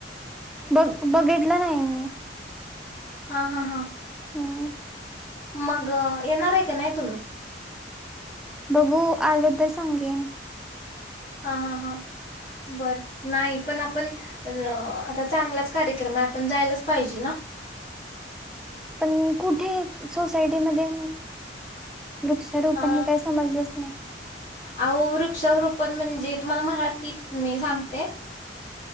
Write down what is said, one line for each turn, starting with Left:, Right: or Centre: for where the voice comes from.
Centre: बघ बघितलं नाही मी
Left: हा हा हा
Centre: हम
Left: मग येणार आहे का नाही तुम्ही
Centre: बघू आलो तर सांगेन
Left: <inaudible> <inaudible>
Centre: पण कुठे सोसायटी मध्ये वृक्ष तर
Left: हा
Centre: पण हे काही समजलंच नाही
Left: अहो वृक्षारोपण म्हणजे तुम्हाला मराठीत मी सांगते